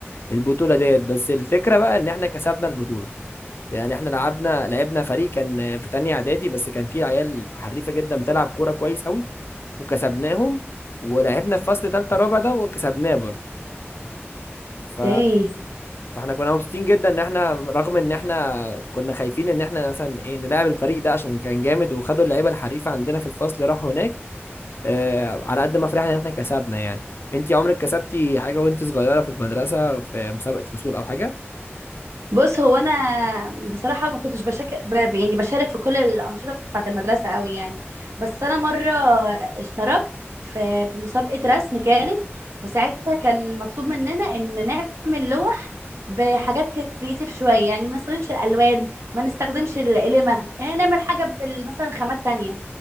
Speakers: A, on the left (about 55°); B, on the right (about 85°).
A: البطولة ديت بس الفكرة بقى ان احنا كسبنا البطولة يعني احنا لعبنا لعبنا فريق كان في تانية اعدادي بس كان فيه عيال حريفة جدا بتلعب كورة كويس قوي وكسبناهم ولعبنا في فصل تالتة رابع ده وكسبناه برضه ف...
B: اوكي
A: فاحنا كنا مبسوطين جدا ان احنا رغم ان احنا كنا خايفين ان احنا مثلا ايه نلعب الفريق ده عشان كان جامد وخدوا اللعيبة الحريفة عندنا في الفصل راحوا هناك اه على قد ما فرحنا ان احنا كسبنا يعني انتي عمرك كسبتي حاجة وانتي صغيرة في المدرسة في مسابقة فصول او حاجة؟
B: بص هو انا بصراحه ما كنتش بشك... ب... يعني بشارك في كل الانشطه بتاعه المدرسه قوي يعني بس انا مره اشتركت في في مسابقه رسم كانت وساعتها كان مطلوب مننا ان نعمل لوح بحاجات كرييتيف شويه يعني ما نستخدمش الالوان ما نستخدمش القلمه يعني نعمل حاجه بال... مثلا خامات تانية